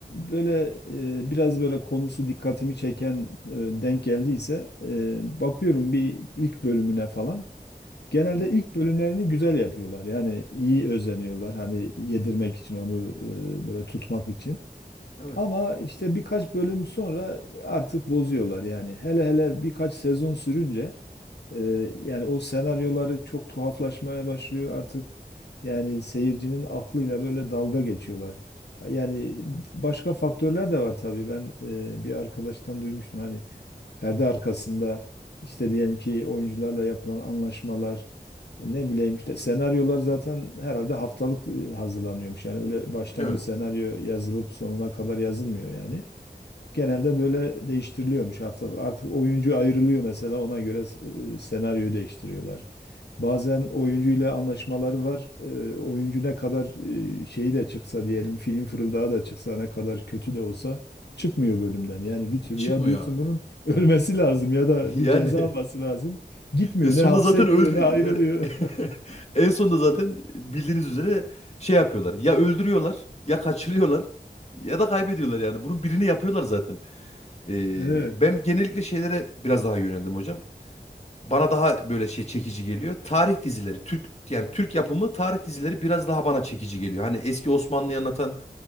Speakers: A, on the left; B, on the left.
A: böyle e, biraz böyle konusu dikkatimi çeken e, denk geldiyse e, bakıyorum bir ilk bölümüne falan. Genelde
B: Hı,
A: ilk bölümlerini güzel yapıyorlar. Yani iyi özeniyorlar. Hani yedirmek için onu e, böyle tutmak için.
B: Evet.
A: Ama işte birkaç bölüm sonra artık bozuyorlar yani. Hele hele birkaç sezon sürünce e, yani o senaryoları çok tuhaflaşmaya başlıyor artık. Yani seyircinin aklıyla böyle dalga geçiyorlar. Yani başka faktörler de var tabii. Ben e, bir arkadaştan duymuştum hani perde arkasında işte diyelim ki oyuncularla yapılan anlaşmalar ne bileyim işte senaryolar zaten herhalde haftalık e, hazırlanıyormuş. Yani öyle baştan
B: Evet.
A: bir senaryo yazılıp sonuna kadar yazılmıyor yani. Genelde böyle değiştiriliyormuş haftalık. Artık oyuncu ayrılıyor mesela ona göre e, senaryoyu değiştiriyorlar. Bazen oyuncuyla anlaşmaları var. E, Oyuncu ne kadar e, şeyi de çıksa diyelim film fırıldağı da çıksa ne kadar kötü de olsa çıkmıyor bölümden. Yani bir türlü
B: Çıkmıyor.
A: ya diyorsun bunun <laughs> ölmesi lazım ya da
B: <laughs>
A: bir ceza
B: Yani
A: alması lazım. Gitmiyor
B: e, sonunda
A: ne hapse
B: zaten öldü.
A: gidiyor ne ayrılıyor.
B: Yani
A: <laughs>
B: <laughs> en sonunda zaten bildiğiniz üzere şey yapıyorlar. Ya öldürüyorlar ya kaçırıyorlar ya da kaybediyorlar yani. Bunun birini yapıyorlar zaten. Ee,
A: Evet,
B: ben genellikle şeylere biraz daha yöneldim hocam. bana daha böyle şey çekici geliyor. Tarih dizileri, Türk yani Türk yapımı tarih dizileri biraz daha bana çekici geliyor. Hani eski Osmanlı'yı anlatan,